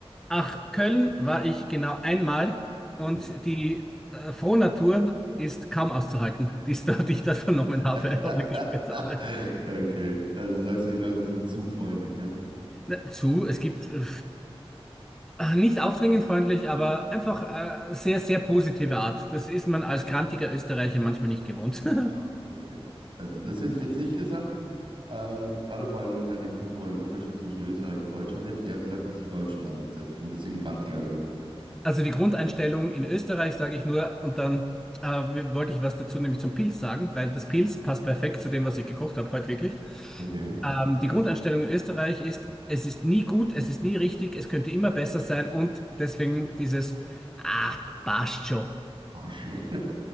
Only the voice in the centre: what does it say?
Ach, Köln war ich genau einmal und
die äh, Frohnatur ist kaum auszuhalten, die ich da, <laughs> die ich da vernommen habe
<laughs> oder gespürt habe.
Na, zu, es gibt äh, ach, nicht aufdringend freundlich, aber einfach äh, sehr, sehr positive Art. Das ist man als grantiger Österreicher manchmal nicht gewohnt. <laughs>
Also die Grundeinstellung in Österreich sage ich nur und dann äh, wollte ich was dazu nämlich zum Pilz sagen, weil das Pilz passt perfekt zu dem, was ich gekocht habe heute wirklich.
Ähm, die Grundeinstellung in Österreich ist, es ist nie gut, es ist nie richtig, es könnte immer besser sein und deswegen dieses Ah, passt schon,